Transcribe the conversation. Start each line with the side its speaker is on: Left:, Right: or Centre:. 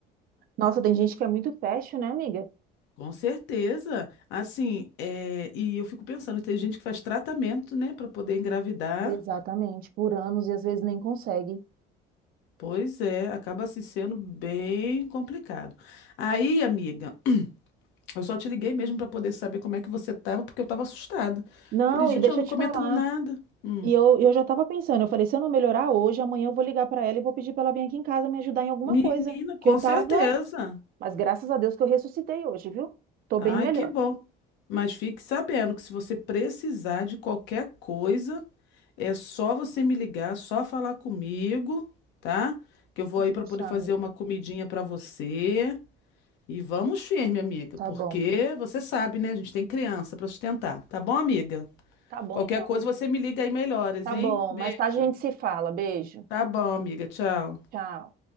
Right: Nossa, tem gente que é muito fashion, né, amiga?
Left: Com certeza. Assim, é, e eu fico pensando, tem gente que faz tratamento, né, para poder engravidar.
Right: Exatamente, por anos e às vezes nem consegue.
Left: Pois é, acaba se sendo bem complicado. Aí, amiga, eu só te liguei mesmo para poder saber como é que você tava, porque eu tava assustada.
Right: Não,
Left: Falei, gente,
Right: e deixa
Left: ela não
Right: eu te
Left: comenta
Right: falar.
Left: nada. Hum.
Right: E eu, eu já estava pensando, eu falei, se eu não melhorar hoje, amanhã eu vou ligar para ela e vou pedir para ela vir aqui em casa me ajudar em alguma
Left: Menina,
Right: coisa.
Left: com
Right: Que eu tava,
Left: certeza.
Right: mas graças a Deus que eu ressuscitei hoje, viu? Tô
Left: Ai,
Right: bem melhor.
Left: que bom. Mas fique sabendo que se você precisar de qualquer coisa, é só você me ligar, só falar comigo, tá? Que eu vou
Right: Pode
Left: aí para
Right: deixar,
Left: poder fazer
Right: amigo.
Left: uma comidinha para você. E vamos firme, amiga,
Right: Tá
Left: porque
Right: bom.
Left: você sabe, né? A gente tem criança para sustentar, tá bom, amiga?
Right: Tá bom,
Left: Qualquer
Right: então.
Left: coisa
Right: amigo.
Left: você me liga aí melhoras,
Right: Tá
Left: hein?
Right: bom,
Left: Beijo.
Right: mais tarde a gente se fala. Beijo.
Left: Tá bom, amiga. Tchau.
Right: Tchau.